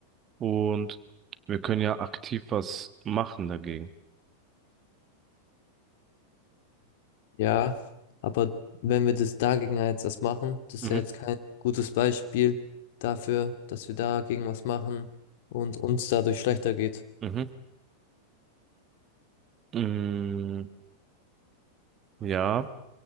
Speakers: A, on the right; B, on the left.
A: Und wir können ja aktiv was machen dagegen.
B: Ja, aber wenn wir das dagegen jetzt was machen, das
A: Mhm,
B: ist ja jetzt kein gutes Beispiel dafür, dass wir dagegen was machen und uns dadurch schlechter geht.
A: mhm. Mm, ja,